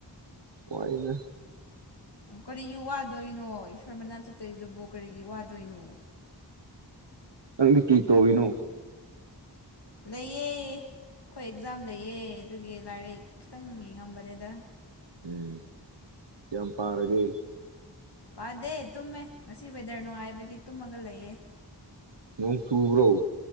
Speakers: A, on the right (about 80°); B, on the left (about 70°).
A: ꯑꯣꯏꯏꯅ
B: ꯀꯔꯤꯒꯤ ꯋꯥꯗꯣꯏꯅꯣ ꯏꯁꯣꯔ ꯃꯅꯥ ꯆꯠꯇꯔꯤꯗꯨꯕꯨ ꯀꯔꯤꯒꯤ ꯋꯥꯗꯣꯏꯅꯣ
A: ꯆꯪꯗꯤ ꯀꯩ ꯇꯧꯋꯅꯣ
B: ꯂꯩꯑꯦ ꯑꯩꯈꯣꯏ ꯑꯦꯛꯖꯥꯝ ꯂꯩꯑ ꯑꯗꯨꯒꯤ ꯂꯥꯏꯔꯤꯛ ꯈꯤꯇꯪꯤ ꯑꯝꯕꯗꯦꯗ
A: ꯎꯝ ꯀꯌꯥꯝ ꯄꯥꯔꯒꯦ
B: ꯄꯥꯗꯦ ꯇꯨꯝꯃꯦ ꯉꯁꯤ ꯋꯦꯗꯔ ꯅꯨꯡꯉꯥꯏꯕꯒꯤ ꯇꯨꯝꯃꯒ ꯂꯩꯑ
A: ꯅꯣꯡ ꯇꯨꯕ꯭ꯔꯣ